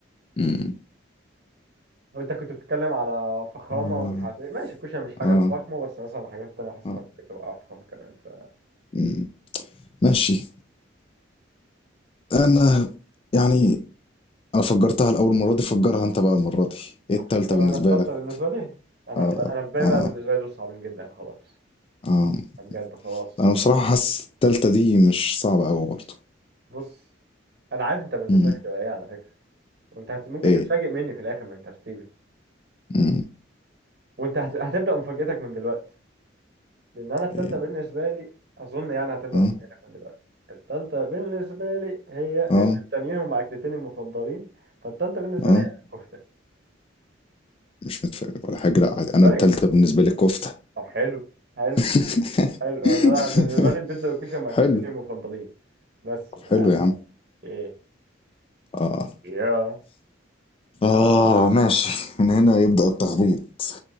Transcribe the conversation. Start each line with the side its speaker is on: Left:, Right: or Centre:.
Left: إمم،
Right: وانت كنت بتتكلم على فخامه
Left: آه،
Right: ومش عارف ايه ماشي الكشري مش حاجه
Left: آه،
Right: فخمه بس مثلا الحاجات التانيه حاسسها
Left: آه،
Right: ممكن تبقى افخم كمان ف
Left: إمم، ماشي. أنا يعني انا فجرتها الاول مره دي فجرها انت بقى المره دي ايه
Right: افكر
Left: التالتة بالنسبه
Right: انا التالته
Left: لك
Right: بالنسبه لي انا
Left: اه
Right: انا الباقي
Left: اه
Right: بقى بالنسبه لي دول صعبين جدا خلاص
Left: اه
Right: بجد خلاص
Left: انا بصراحه حاسس التالتة دي مش صعبه قوي برضه
Right: بص انا عارف انت بالنسبه
Left: امم
Right: لك هتبقى ايه على فكره وانت هت... ممكن
Left: ايه
Right: تتفاجئ مني في الاخر من ترتيبي
Left: امم
Right: وانت هت... هتبدا مفاجاتك من دلوقتي لان انا التالتة
Left: ايه
Right: بالنسبه لي اظن يعني هتبدا
Left: اه
Right: مفاجاتك من دلوقتي التالتة بالنسبه لي هي
Left: اه
Right: لان التانيين هما اكلتين المفضلين فالتالتة بالنسبه
Left: اه
Right: لي هي الكفته
Left: مش متفاجئ ولا حاجه لا عادي انا
Right: فاجئ
Left: التالتة بالنسبه لي كفته
Right: طب حلو حلو
Left: <laughs>
Right: حلو انا أنا بالنسبه لي البيتزا والكشري هما اكلتين
Left: حلو
Right: المفضلين بس ما...
Left: حلو يا عم
Right: ايه
Left: اه
Right: يا
Left: اه ماشي من هنا يبدأ التخبيط